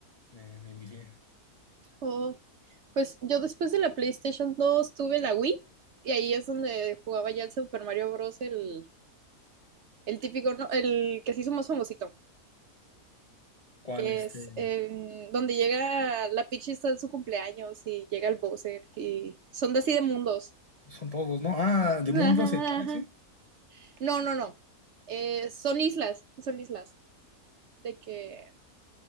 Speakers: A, on the left; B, on the right.
A: me, me envicié.
B: Oh, Pues yo después de la PlayStation dos tuve la Wii y ahí es donde jugaba ya el Super Mario Bros. el El típico, ¿no? El que se hizo más famosito,
A: ¿Cuál
B: que
A: este?
B: es em, donde llega la Peach está en su cumpleaños y llega el Bowser y son de así de mundos.
A: Son todos, ¿no? Ah, de
B: <laughs>
A: Mundos,
B: Ajá,
A: el Galaxy.
B: ajá. No, no, no. Eh, son islas, son islas. De que